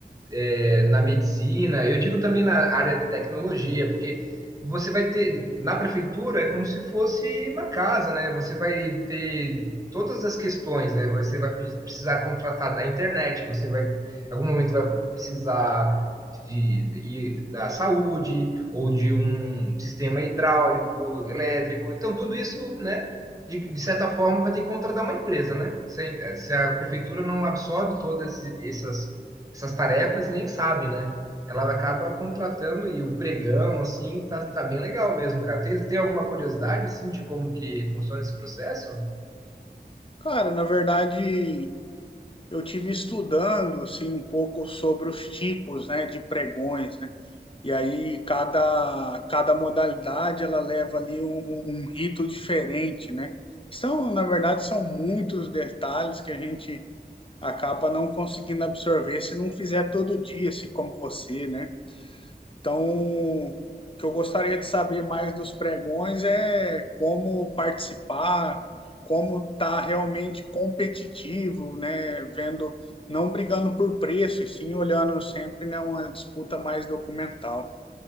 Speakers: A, on the right; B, on the left.
A: é, na medicina, eu digo também na área de tecnologia, porque você vai ter, na prefeitura é como se fosse uma casa, né? Você vai ter todas as questões, né? Você vai pe- precisar contratar da internet, você vai, em algum momento vai precisar de, de- da saúde ou de um sistema hidráulico, elétrico. Então, tudo isso, né? de, de certa forma, vai ter que contratar uma empresa, né? Se a, se a prefeitura não absorve todas essas, essas tarefas, nem sabe, né? Ela acaba contratando e o pregão, assim, tá, tá bem legal mesmo, cara. Tem, tem alguma curiosidade, assim, de como que funciona esse processo?
B: Cara, na verdade, eu tive estudando assim um pouco sobre os tipos, né, de pregões, né? E aí cada cada modalidade ela leva ali um, um um rito diferente, né? São, na verdade, são muitos detalhes que a gente acaba não conseguindo absorver se não fizer todo dia, assim como você, né? Então, o que eu gostaria de saber mais dos pregões é como participar, como estar realmente competitivo, né? Vendo, não brigando por preço, e sim olhando sempre, né, uma disputa mais documental.